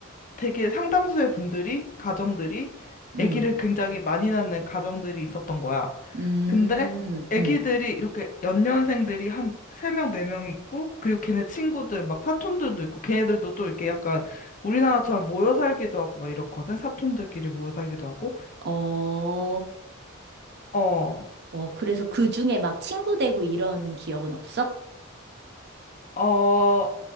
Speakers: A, on the left; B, on the right.
A: 되게 상당수의 분들이 가정들이
B: 음,
A: 애기를 굉장히 많이 낳는 가정들이 있었던 거야.
B: 음,
A: 근데 애기들이
B: 음,
A: 이렇게 연년생들이 한 세명네명이 있고 그리고 걔네 친구들 막 사촌들도 있고 걔네들도 또 이렇게 약간 우리나라처럼 모여 살기도 하고 막 이렇거든. 사촌들끼리 모여 살기도 하고.
B: 어,
A: 어.
B: 어, 그래서 그 중에 막 친구 되고 이런 기억은 없어?
A: 어.